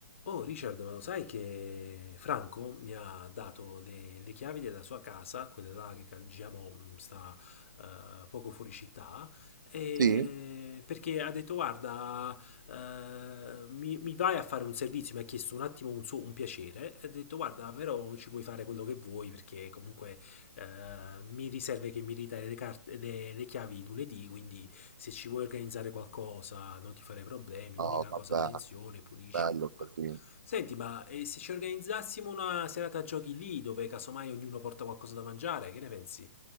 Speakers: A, on the left (about 40°); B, on the right (about 80°).
A: Oh Richard, ma lo sai che Franco mi ha dato le, le chiavi della sua casa, quella là che diciamo mh, sta eh, poco fuori città, e-
B: Sì?
A: perché ha detto guarda, eh, mi, mi vai a fare un servizio, mi ha chiesto un attimo un, suo- un piacere, e ha detto guarda, però ci puoi fare quello che vuoi perché comunque eh, mi riserve che mi ridai le, carte- le- le chiavi lunedì, quindi se ci vuoi organizzare qualcosa non ti farei problemi, l'unica
B: Oh, vabbè,
A: cosa attenzione, pulisci
B: bello
A: e tutto quanto.
B: così.
A: Senti, ma eh, se ci organizzassimo una serata a giochi lì, dove casomai ognuno porta qualcosa da mangiare, che ne pensi?